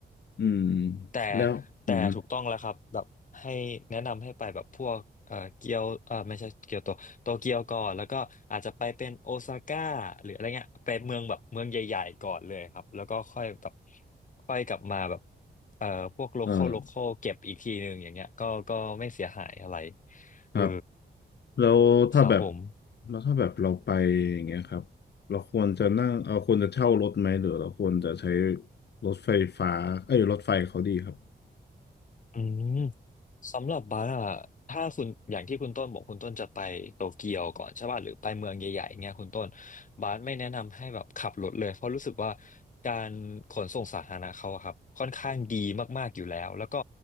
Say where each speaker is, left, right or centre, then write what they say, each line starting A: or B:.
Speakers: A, on the left; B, on the left.
A: อืม
B: แต่
A: แล้วอืมฮึ
B: แต่ถูกต้องแล้วครับแบบให้แนะนำให้ไปแบบพวกเอ่อเกียวเอ่อไม่ใช่เกียวโตโตเกียวก่อนแล้วก็อาจจะไปเป็นโอซาก้าหรืออะไรเงี้ยไปเมืองแบบเมืองใหญ่ๆก่อนเลยครับแล้วก็ค่อยแบบค่อยกลับมาแบบเอ่อพวกโลคอลโลคอลเก็บอีกทีหนึ่งอย่างเงี้ยก็ก็ไม่เสียหายอะไร
A: เออครับ
B: เออ
A: แล้วถ้าแบบ
B: ครับผม
A: แล้วถ้าแบบเราไปอย่างเงี้ยครับเราควรจะนั่งเราควรจะเช่ารถไหมหรือเราควรจะใช้รถไฟฟ้าเอ้ยรถไฟเขาดีครับ
B: อืมสำหรับบาร์อะถ้าคุณอย่างที่คุณต้นบอกคุณต้นจะไปโตเกียวก่อนใช่ป่ะหรือไปเมืองใหญ่ๆเงี้ยคุณต้นบาร์ไม่แนะนำให้แบบขับรถเลยเพราะรู้สึกว่าการขนส่งสาธารณะเขาอะครับค่อนข้างดีมากๆอยู่แล้วแล้วก็